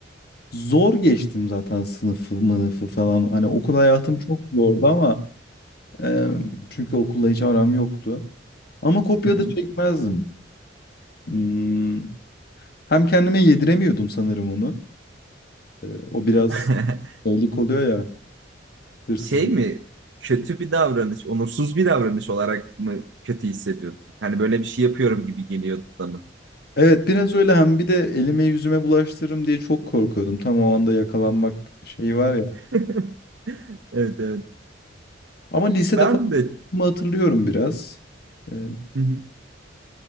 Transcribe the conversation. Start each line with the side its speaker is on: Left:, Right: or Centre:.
Left: zor geçtim zaten sınıfı mınıfı falan. Hani okul hayatım çok zordu ama e, çünkü okulla hiç aram yoktu. Ama kopya
Right: Hı hı.
Left: da çekmezdim. Hmm, Hem kendime yediremiyordum sanırım onu. E, o biraz
Right: <laughs>
Left: şeylik oluyor ya hırsızlık.
Right: Şey mi? Kötü bir davranış, onursuz bir davranış olarak mı kötü hissediyordun? Hani böyle bir şey yapıyorum gibi geliyordu da mı?
Left: Evet biraz öyle hem bir de elime yüzüme bulaştırırım diye çok korkuyordum. Tam o anda yakalanmak şeyi var ya.
Right: <laughs> Evet evet.
Left: Ama lisede
Right: Ben
Left: falan
Right: de
Left: hatırlıyorum biraz. Ee,
Right: Hı hı.